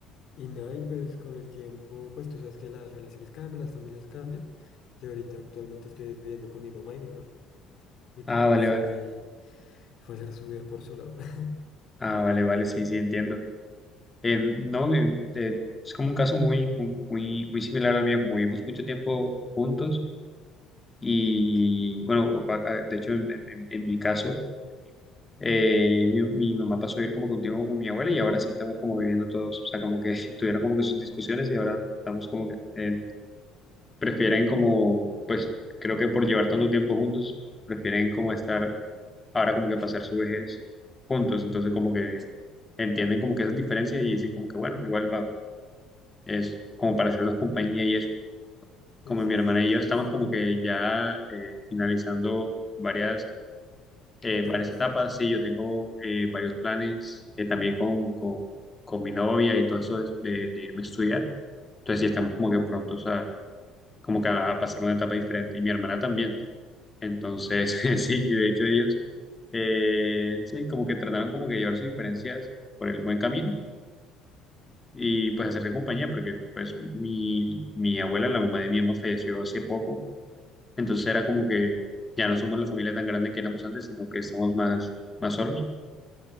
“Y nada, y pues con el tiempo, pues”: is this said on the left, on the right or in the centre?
Left